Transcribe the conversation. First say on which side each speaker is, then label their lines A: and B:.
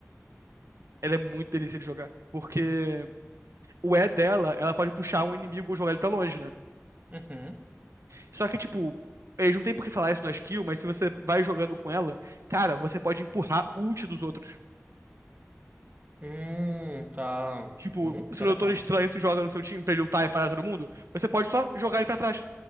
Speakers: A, on the right; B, on the right.
A: Ela é muito delícia de jogar. Porque o E dela, ela pode puxar um inimigo ou jogar ele pra longe, né?
B: Uhum.
A: Só que, tipo, eles não tem por que falar isso na skill, mas se você vai jogando com ela, cara, você pode empurrar o ult dos outros.
B: Hum, tá.
A: Tipo,
B: Hum, interessante.
A: se o doutor estranho se joga no seu time pra ele lutar e parar todo mundo, você pode só jogar ele pra trás,